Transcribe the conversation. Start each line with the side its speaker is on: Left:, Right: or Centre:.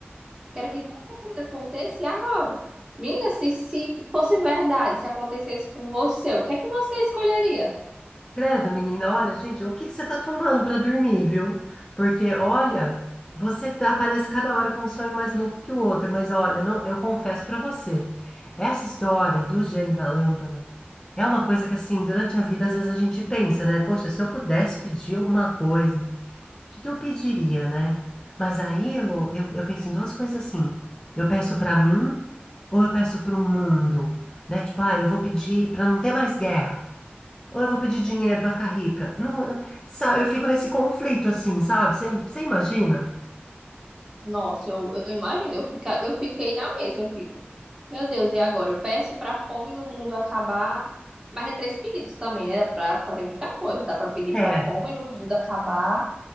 Right: Quero que tanta coisa aconteça e agora. Menina, se, se fosse verdade, se acontecesse com você, o que é que você escolheria?
Left: credo, menina. Olha, gente, o que que você tá tomando pra dormir, viu? Porque, olha, você tá, aparece cada hora com um sonho mais louco que o outro. Mas, olha, não, eu confesso pra você, essa história do gênio da lâmpada é uma coisa que, assim, durante a vida, às vezes a gente pensa, né? Poxa, se eu pudesse pedir alguma coisa. O que que eu pediria, né? Mas aí, Lô, eu, eu penso em duas coisas assim. Eu peço pra mim ou eu peço pro mundo, né? Tipo, ah, eu vou pedir pra não ter mais guerra. Ou eu vou pedir dinheiro pra ficar rica. Não, eu, sabe, eu fico nesse conflito assim, sabe? Você imagina?
Right: Nossa, eu, eu imagino, eu, fica, eu fiquei na mesma, eu fico. Meu Deus, e agora? Eu peço pra fome no mundo acabar. Mas é três pedidos também, né? Dá pra fazer muita coisa. Dá pra pedir
Left: É.
Right: pra fome no mundo acabar,